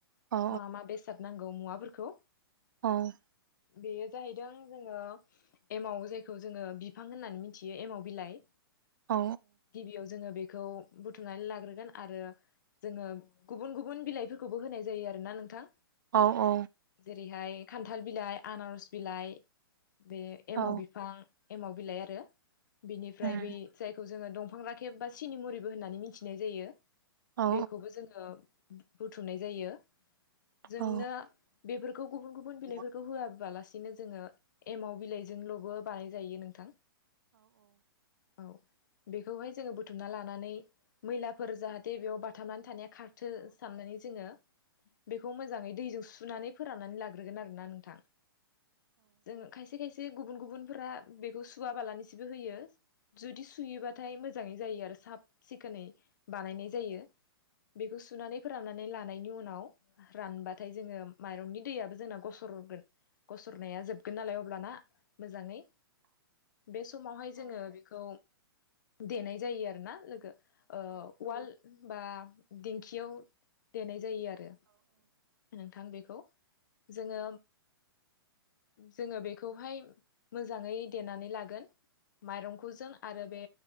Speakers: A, on the right (about 50°); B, on the left (about 50°).
A: औ
B: मा मा बेसाद नांगौ मुवाफोरखौ।
A: औ।
B: बेयो जाहैदों जोङो एमाव जायखौ जोङो बिफां होननानै मिनथियो एमाव बिलाइ।
A: औ
B: गिबियाव जोङो बे खौ बुथुमनानै लाग्रोगोन आरो जोङो गुबुन गुबुन बिलाइ फो खोबो होनाय जायो आरोना नोंथां।
A: औ औ।
B: ओरैहाय खान्थाल बिलाइ, आनारस बिलाइ, बे एमाव
A: औ
B: बिफां एमाव बिलाइ आरो बिनिफ्राय
A: उम
B: बै जायखौ जो जोङो दंफां राखेब बा सिनि मुरिबो होननानै मिनथिनाय जायो
A: औ
B: बेखौबो जोङो बुथुमनाय जायो जोंनो
A: औ
B: बेफोर खौ गुबुन गुबुन बिलाइ
A: औ
B: फोरखौ होआ बाला सिनो जोङो एमाव बिलाइ जोंल'बो बानाय जायो नोंथां। औ बेखौहाय जोङो बुथुमना लानानै मैलाफोर जाहाथे बेयाव बाथाबनानै थानाया खारथो साननानै जोङो बेखौ मोजाङै दैजों सुनानै फोराननानै लाग्रोगोन आरो ना नोंथां। जोङो खायसे खायसे गुबुन गुबुनफोरा बेखौ सुवाबाालनिसोबो होयो। जुदि सुयोबाथाय मोजाङै जायो आरो साब सिखोनै बानायनाय जायो बेखौ सुनानै फोराननानै लानायनि उनाव रानबाथाय जोङो माइरंनि दैयाबो जोंना गसरगोन। गसरनाया जोबगोन नालाय अब्लाना मोजाङै
A: <inaudible>
B: बे समावहाय जोङो बेखौ देनाय जायो आरो ना लोगो। ओ उवाल बा दिेंखियाव देनाय जायो आरो। नोंथां बेखौ जोङो जोङो बेखौहाय मोजाङै देनानै लागोन माइरंखौ जों आरो बे